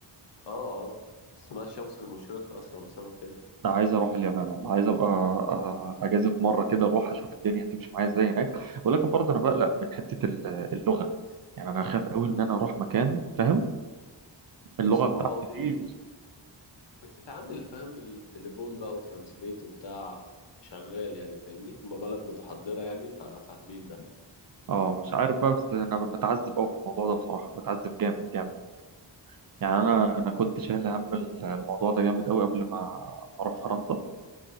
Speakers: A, on the left; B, on the right.
A: اه اه اسمها الشمس المشرقة أصلا بسبب كده
B: انا عايز اروح اليابان والله عايز ابقى أ- اجازف مره كده اروح اشوف الدنيا هتمشي معايا ازاي هناك ولكن برضه انا بقلق من حته ال- اللغه يعني انا خايف قوي ان انا اروح مكان فاهم اللغه
A: ثم
B: بتاعتي
A: بقى ب...
B: فيه
A: بتتعامل فاهم بالتليفون بقى وترانسليت وبتاع شغال يعني فاهمني هما بلد متحضرة يعني ففاهمين ده
B: اه مش عارف بقى بس انا بتعذب قوي في الموضوع ده بصراحه بتعذب جامد جامد يعني
A: لا
B: انا
A: لا
B: انا كنت شايل هم ال- الموضوع ده جامد قوي قبل ما ما اروح فرنسا